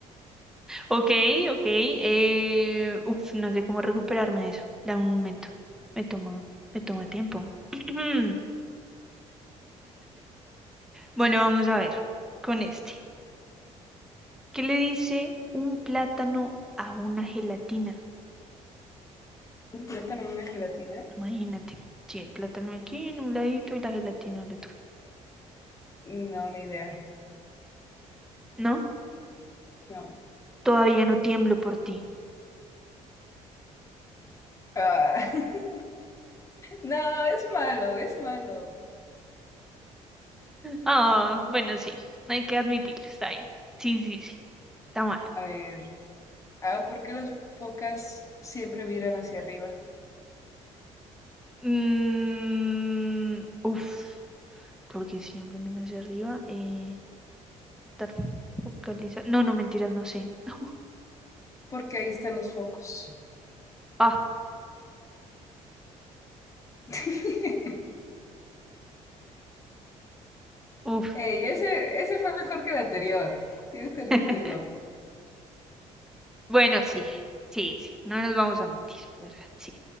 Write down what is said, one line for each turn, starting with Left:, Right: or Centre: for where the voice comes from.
Centre: Ok, ok. Eh, uf, no sé cómo recuperarme de eso. Dame un momento. Me tomo, me toma tiempo. <clears throat> Bueno, vamos a ver con este. ¿Qué le dice un plátano a una gelatina?
Left: ¿Un plátano, una gelatina?
Centre: Imagínate. Sí, el plátano aquí en un ladito y la gelatina al otro.
Left: No, ni idea.
Centre: ¿No?
Left: No.
Centre: Todavía no tiemblo por ti.
Left: Ah, <laughs> no, es malo, es malo.
Centre: Ah, bueno, sí, hay que admitirlo, está bien. Sí, sí, sí, está malo.
Left: A ver. Ah, ¿por qué las focas siempre miran hacia arriba?
Centre: Mm, uf, porque siempre miro hacia arriba. Eh, estar focalizado. No, no, mentiras, no sé. <laughs>
Left: Porque ahí están los focos.
Centre: Ah,
Left: <laughs>
Centre: uf.
Left: Ey, ese, ese fue mejor que el anterior. Tienes que admitirlo.
Centre: <laughs> Bueno, sí, sí, sí, no nos vamos a mentir, ¿verdad? Sí,